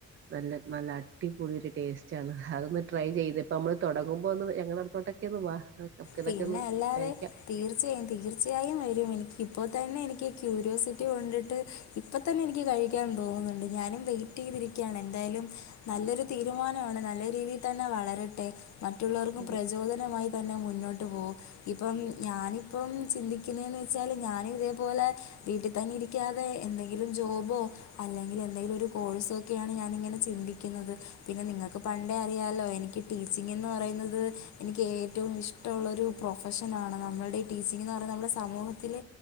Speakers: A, on the right; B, on the left.
A: നല്ല നല്ല അടിപൊളി ഒരു ടേസ്റ്റ് ആണ് അതൊന്ന് ട്രൈ ചെയ്ത് ഇപ്പ നമ്മള് തുടങ്ങുമ്പോ ഒന്ന് ഞങ്ങളടുത്തോട്ടൊക്ക ഒന്ന് വാ നമുക്ക്
B: പിന്നെ
A: ഇതൊക്കെ ഒന്ന്
B: അല്ലാതെ
A: കഴിക്കാം
B: തീർച്ചയായും തീർ തീർച്ചയായും വരും എനിക്ക് ഇപ്പോ തന്നെ എനിക്ക് ക്യൂരിയോസിറ്റി കൊണ്ടിട്ട് ഇപ്പ തന്നെ എനിക്ക് കഴിക്കാൻ തോന്നുന്നുണ്ട് ഞാനും വെയിറ്റ് ചെയ്തിരിക്കാണ് എന്തായാലും നല്ലൊരു തീരുമാനമാണ് നല്ല രീതിയിൽ തന്നെ വളരട്ടെ മറ്റുള്ളവർക്കും
A: അതെ
B: പ്രചോദനമായി തന്നേ മുന്നോട്ട് പോ ഇപ്പം ഞാനിപ്പം ചിന്തിക്കുന്നേന്ന് വെച്ചാല് ഞാന് ഇതേപോലെ വീട്ടിൽ തന്നെ ഇരിക്കാതെ എന്തെങ്കിലും ജോബോ അല്ലെങ്കിൽ എന്തെങ്കിലും ഒരു കോഴ്സോ ഒക്കെയാണ് ഞാനിങ്ങനെ ചിന്തിക്കുന്നത് പിന്നെ നിങ്ങൾക്ക് പണ്ടേ അറിയാല്ലോ എനിക്ക് ടീച്ചിങ്ന്ന് പറയുന്നത് എനിക്ക് ഏറ്റവും ഇഷ് മുള്ളൊരു പ്രൊഫഷനാണ് നമ്മളുടെ ഈ ടീച്ചിങ് എന്ന് പറഞ്ഞ നമ്മുടെ സമൂഹത്തില്